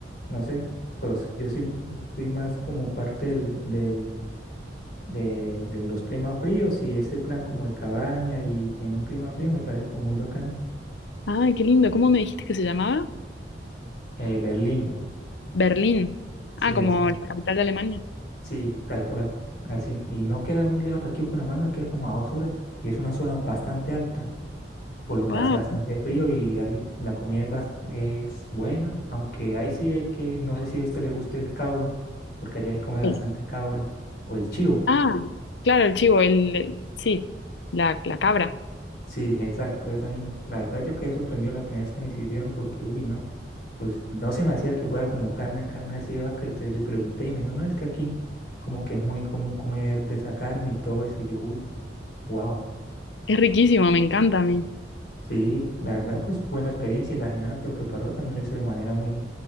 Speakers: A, on the left (about 60°); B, on the left (about 85°).
A: no sé, pero s- yo sí fui más como parte del, del- de, de los climas fríos y ese plan como de cabaña y en un clima frío me parece como muy bacano.
B: ay, qué lindo. ¿Cómo me dijiste que se llamaba?
A: Eh, Berlín,
B: Berlín.
A: sí,
B: Ah, como
A: así,
B: la capital de Alemania.
A: sí, tal cual, así. Y no queda muy lejos de aquí, Bucaramanga, queda como a dos horas. Y es una zona bastante alta, por lo que
B: Wow.
A: hace bastante frío y ahí la comida es, bas- es buena, aunque ahí sí hay que, no sé si a usted le guste el cabro, porque allá se come bastante
B: Sí.
A: cabro, o el chivo.
B: Ah, claro, el chivo, el, el- sí, la, la cabra.
A: Sí, exacto, esa misma. La verdad yo quedé sorprendido la primera vez que me sirvieron porque, uy, no, pues no se me hacía que fuera como carne, carne así de vaca. Entonces yo pregunté y me dijo, no, es que aquí como que es muy común comer de esa carne y todo eso. Y yo, uy, wow.
B: Es riquísimo, me encanta a mí.
A: Sí, la verdad pues buena experiencia y la señora que lo preparó también lo hizo de manera muy,